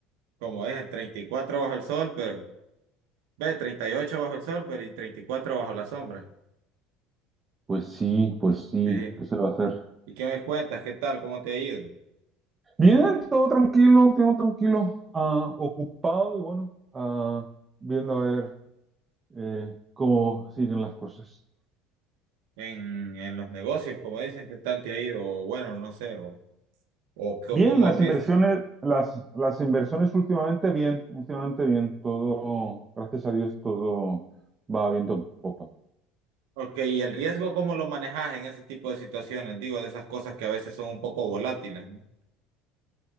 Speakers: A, on the right (about 70°); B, on the right (about 25°).
A: Como es, en cuatro bajo el sol, pero... Ve, 38 bajo el sol, pero y 34 bajo la sombra.
B: Pues sí, pues sí,
A: Sí.
B: ¿qué se le va a hacer?
A: ¿Y qué me cuentas? ¿Qué tal? ¿Cómo te ha ido?
B: Bien, todo tranquilo, todo tranquilo, ah, ocupado y bueno, ah, viendo a ver eh, cómo siguen las cosas.
A: En, en los negocios, como dicen, ¿qué tal te ha ido? O bueno, no sé, o, o, qué-
B: Bien,
A: o cómo
B: las
A: has visto.
B: inversiones, las, las inversiones últimamente bien, últimamente bien, todo, gracias a Dios, todo va viento en popa.
A: Ok, ¿y el riesgo cómo lo manejas en ese tipo de situaciones? Digo, de esas cosas que a veces son un poco volátiles, ¿no?